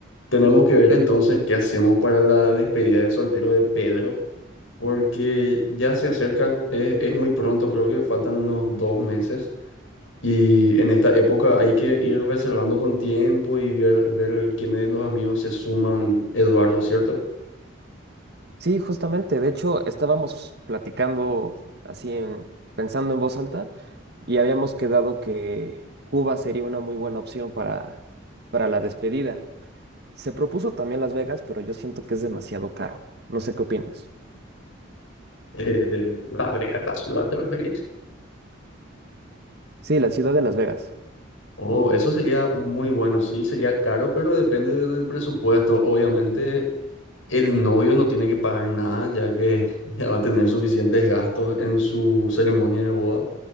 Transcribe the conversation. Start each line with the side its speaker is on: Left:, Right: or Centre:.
Left: Tenemos que ver entonces qué hacemos para la despedida de soltero de Pedro, porque ya se acerca, es, es muy pronto, creo que faltan unos dos meses y en esta época hay que ir reservando con tiempo y ver, ver quiénes de los amigos se suman, Eduardo, ¿cierto?
Right: Sí, justamente. De hecho, estábamos platicando así en, pensando en voz alta y habíamos quedado que Cuba sería una muy buena opción para, para la despedida. Se propuso también Las Vegas, pero yo siento que es demasiado caro. No sé qué opinas.
Left: Eh, Las Vegas, la ciudad, ¿te referís?
Right: Sí, la ciudad de Las Vegas.
Left: Oh, eso sería muy bueno, sí, sería caro, pero depende de- del presupuesto. Obviamente, el novio no tiene que pagar nada, ya que <laughs> ya va a tener suficientes gastos en su ceremonia de boda.